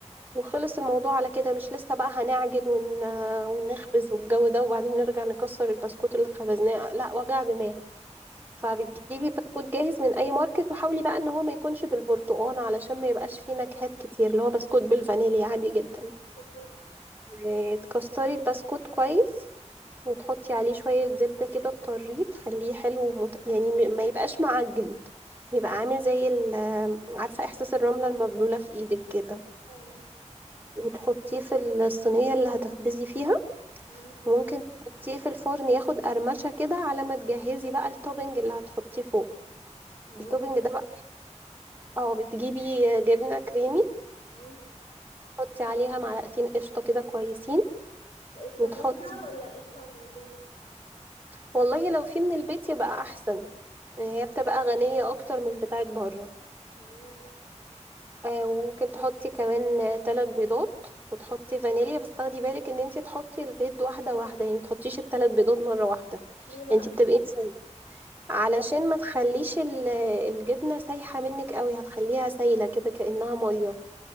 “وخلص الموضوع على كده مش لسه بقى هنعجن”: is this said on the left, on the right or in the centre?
Right